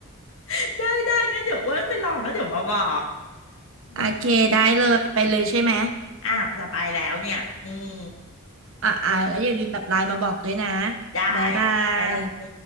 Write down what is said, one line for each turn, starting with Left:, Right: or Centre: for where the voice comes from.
Left: <laughs> ได้ได้งั้นเดี๋ยวอ้วนไปลองแล้วเดี๋ยวมาบอกอืม
Right: โอเคได้เลยไปเลยใช่ไหม
Left: อ่ะจะไปแล้วเนี่ยอืม
Right: อ่ะอ่ะแล้วอย่าลืมแบบไลน์มาบอกด้วยนะ
Left: ได้
Right: บ๊ายบาย
Left: บ๊ายบาย